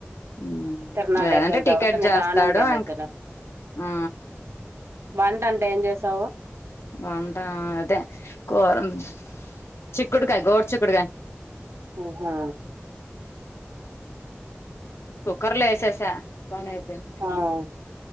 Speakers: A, on the left; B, on the right.
A: ఉమ్
B: తిర్నాల్
A: లేదంటే
B: అయిపోయిన
A: టికెట్
B: తర్వాత నిదానంగా
A: చేస్తాడు
B: ఎళ్ళిద్దను.
A: ఇంక ఆ
B: వంట అంట ఏం చేసావు?
A: వంటా అదే కూర ఉం చిక్కుడుకాయ గోరుచిక్కుడుకాయ.
B: ఆహా
A: కుక్కర్లో ఎసేసా పని అయిపోయింది.
B: ఆ!